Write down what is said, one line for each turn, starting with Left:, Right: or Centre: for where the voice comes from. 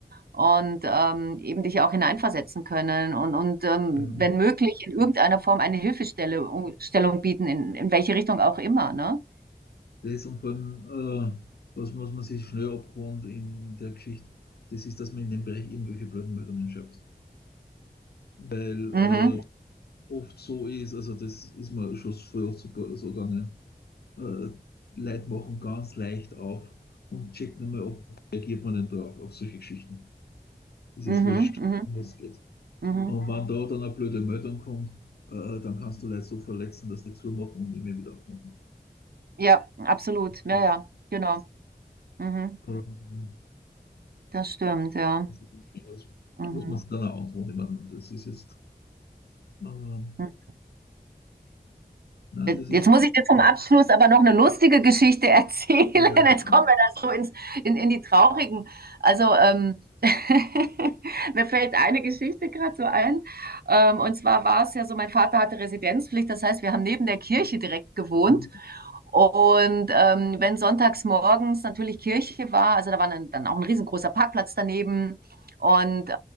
Right: und ähm, eben dich auch hineinversetzen können und, und ähm,
Left: Ähm,
Right: wenn möglich in irgendeiner Form eine Hilfestellung Stellung bieten, in, in welche Richtung auch immer, ne?
Left: das und vor allem, äh, was, was man sich schnell abgewohnt in der Geschichte, das ist, dass man in dem Bereich irgendwelche blöden Meldungen schreibt. Weil
Right: Mhm,
Left: äh, oft so ist, also das ist mir schon früher super so gegangen, äh, Leute machen ganz leicht auf und checken mal, ob reagiert man denn drauf, auf solche Geschichten. Ist
Right: mhm,
Left: jetzt wurscht,
Right: mhm,
Left: um was es geht.
Right: mhm.
Left: Und wenn da dann eine blöde Meldung kommt, äh, dann kannst du Leute so verletzen, dass die zumachen und nie mehr wieder aufmachen.
Right: Ja, absolut. Ja,
Left: Das,
Right: ja, genau. Mhm,
Left: ähm,
Right: das stimmt, ja.
Left: das ist nicht was,
Right: Mhm.
Left: was man sich dann auch antworten. Ich meine, das ist jetzt, ähm,
Right: mhm.
Left: nein, das
Right: Jetzt
Left: ist,
Right: muss ich dir zum Abschluss aber noch eine lustige Geschichte <laughs> erzählen.
Left: ja, genau.
Right: Jetzt kommen wir da so ins, in, in die traurigen. Also, ähm, <laughs> mir fällt eine Geschichte gerade so ein. Ähm, und zwar war es ja so, mein Vater hatte Residenzpflicht. Das heißt, wir haben neben der Kirche direkt gewohnt.
Left: Mhm.
Right: Und ähm, wenn sonntags morgens natürlich Kirche war, also da war dann, dann auch ein riesengroßer Parkplatz daneben. Und